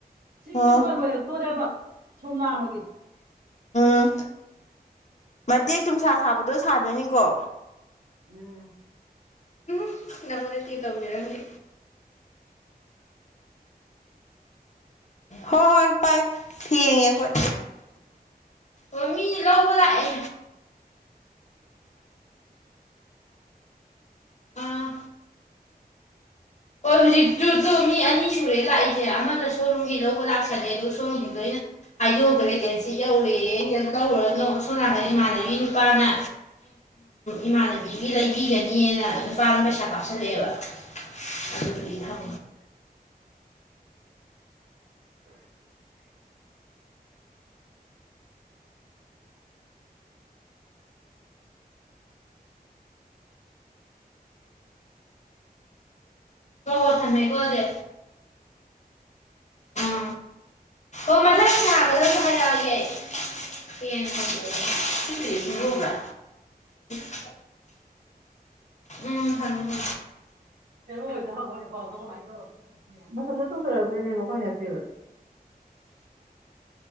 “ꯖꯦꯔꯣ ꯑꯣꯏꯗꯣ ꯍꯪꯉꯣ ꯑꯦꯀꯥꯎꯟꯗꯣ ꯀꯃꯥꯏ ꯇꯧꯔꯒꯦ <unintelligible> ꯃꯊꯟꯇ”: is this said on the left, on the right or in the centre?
Right